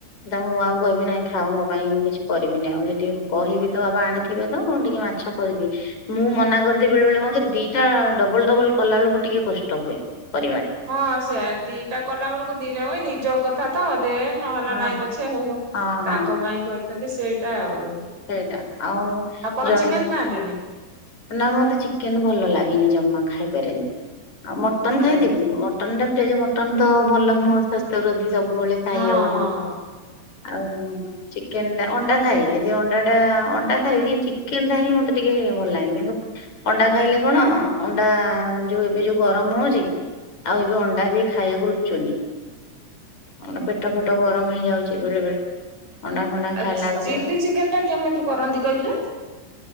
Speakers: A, on the left; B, on the right.
A: ନା ମୁଁ ଆଉ କହିବି ନାଇଁ ଥାଉ ମୋ ପାଇଁ ମୁଁ କିଛି କରିବିନି ଆଉ ଯଦି କହିବେତ ବାବା ଆଣିଥିବେ ତ ଟିକେ ମାଛ କରିଚି ମୁଁ ମନା କରିଦିଏ ବେଳେ ବେଳେ ଦିଟା ଡବଲ ଡବଲ କଲାବେଳକୁ ଟିକେ କଷ୍ଟ ହୁଏ। କରିବାଟା।
B: ହଁ ସେୟା ଦିଟା କଲାବେଳକୁ ଧୀରେ ହୁଏ ନିଜ କଥା ତ ଦେ ନ ହେଲା
A: ହଁ।
B: ନାଇଁ ପଛେ ହଉ
A: ହଁ ହଁ
B: ତାଙ୍କପାଇଁ କରିଥାନ୍ତି ସେଇଟା ଆଉ
A: ସେଇଟା ଆଉ
B: ଆପଣ
A: ଜଣେ
B: ଚିକେନ ଖାଆନ୍ତିନି?
A: ନା ମତେ ଚି ଚିକେନ ଭଲ ଲାଗେନି ଜମା ଖାଇପାରେନି ଆଉ ମଟନ୍
B: ହଁ
A: ଖାଇଦେବି ମଟନ ଟା ଏଯେ ମଟନ୍ ତ ଭଲ ନୁହଁ ସ୍ୱାସ୍ଥ୍ୟ ପ୍ରତି ସବୁବେଳେ ଖାଇହବନି
B: ହଁ ହଁ
A: ଆଉ ଚିକେନ ଅଣ୍ଡା ଖାଏ ଯେ ଅଣ୍ଡା ଅଣ୍ଡାଟା ଅଣ୍ଡା ଖାଇବି ହେଲେ ଚିକେନ ଟା ହିଁ ମତେ ଟିକେ ଭଲ ଲାଗେନି, କିନ୍ତୁ ଅଣ୍ଡା ଖାଇଲେ କଣ ଅଣ୍ଡା ଯୋଉ ଏବେ ଯୋଉ ଗରମ ହଉଛି, ଆଉ ଏବେ ଅଣ୍ଡା ବି
B: ହଁ।
A: ଖାଇବାକୁ ରୁଚୁନି। ମୋର ପେଟ ଫେଟ ଗରମ ହେଇଯାଉଛି ବେଳେ ବେଳେ ଅଣ୍ଡା ଫଣ୍ଡା
B: ଆଛା
A: ଖାଇଲା ବେଳକୁ
B: ଚି଼ଲ୍ଲୀ ଚିକେନ ଟା କେମିତି କରନ୍ତି କହିଲେ?